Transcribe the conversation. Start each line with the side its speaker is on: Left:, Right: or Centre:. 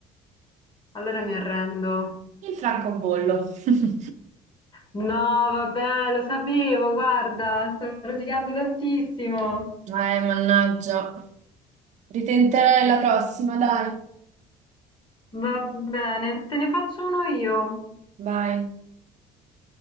Left: Allora mi arrendo.
Right: Il francobollo. <laughs>
Left: No, vabbè, lo sapevo, guarda, sto rosicando tantissimo.
Right: Eh, mannaggia. Ritenterai la prossima, dai.
Left: Va bene, te ne faccio uno io.
Right: Vai.